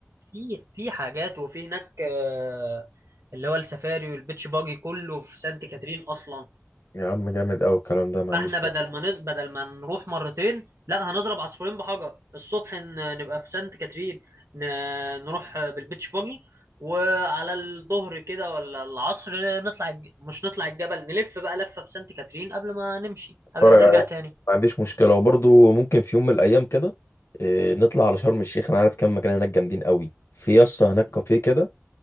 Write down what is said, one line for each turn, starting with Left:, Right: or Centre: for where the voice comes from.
Right: في في حاجات وفي هناك آه، اللي هو السفاري والبيتش باجي كله في سانت كاترين اصلا
Left: يا عم جامد قوي الكلام ده ما
Right: فاحنا
Left: عنديش
Right: بدل ما ن- بدل ما نروح مرتين لا هنضرب عصفورين بحجر الصبح ن- نبقى في سانت كاترين ن- نروح بالبيتش باجي وعلى الظهر كده ولا العصر نطلع الج- مش نطلع الجبل نلف بقى لفة في سانت كاترين قبل ما نمشي
Left: اتفرج
Right: قبل ما نرجع
Left: عليه
Right: تاني
Left: ما عنديش مشكلة وبرضه ممكن في يوم من الايام كده إيه، نطلع على شرم الشيخ انا عارف كام مكان هناك جامدين قوي في يا اسطى هناك كافيه كده